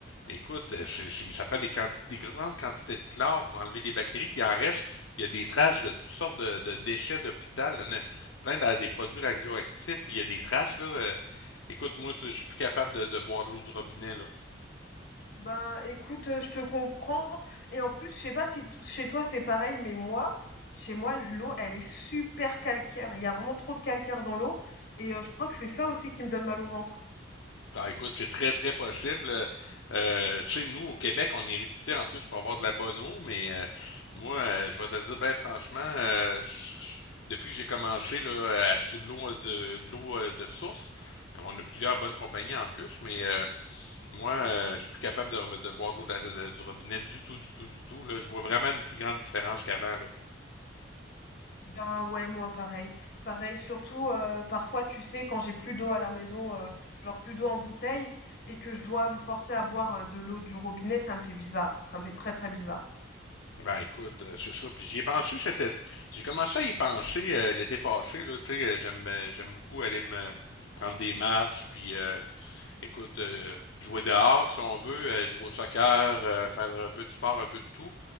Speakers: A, on the left; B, on the left.
A: Écoute, euh, c'est- c'est- ça prend des, quanti- des grandes quantités de chlore pour enlever les bactéries, puis il en reste, il y a des traces de toutes sortes de, de déchets d'hôpital, de- plein de- des produits radioactifs, il y a des traces, là. euh, Écoute, moi, je suis plus capable de, de boire de l'eau du robinet, là.
B: Ben écoute, euh, je te comprends. Et en plus, je sais pas si t- chez toi c'est pareil, mais moi, chez moi l'eau, elle est super calcaire. Il y a vraiment trop de calcaire dans l'eau et euh, je crois que c'est ça aussi qui me donne mal au ventre.
A: Ah, écoute, c'est très, très possible. Euh, tu sais, nous, au Québec, on est réputé en plus pour avoir de la bonne eau, mais euh, moi, euh, je vais te le dire, ben franchement, euh, je- je- depuis que j'ai commencé là, à acheter de l'eau euh, de, de l'eau euh, de source, on a plusieurs bonnes compagnies en plus, mais euh, moi, euh, je suis plus capable de, de boire de l'eau de la- de- du robinet du tout, du tout, du tout. Là. Je vois vraiment une plus grande différence qu'avant, là.
B: Ben ouais, moi pareil. Pareil, surtout euh, parfois, tu sais, quand j'ai plus d'eau à la maison, euh, genre plus d'eau en bouteille, et que je dois me forcer à boire euh, de l'eau du robinet, ça me fait bizarre. hein. Ça me fait très très bizarre.
A: Ben écoute, euh, c'est ça. Puis j'y ai pensé cet été. J'ai commencé à y penser euh, l'été passé, là, tu sais, euh, j'aime euh, j'aime beaucoup aller me prendre des marches, puis euh, écoute, euh, jouer dehors si on veut, euh, jouer au soccer, euh, faire un peu de sport, un peu de tout.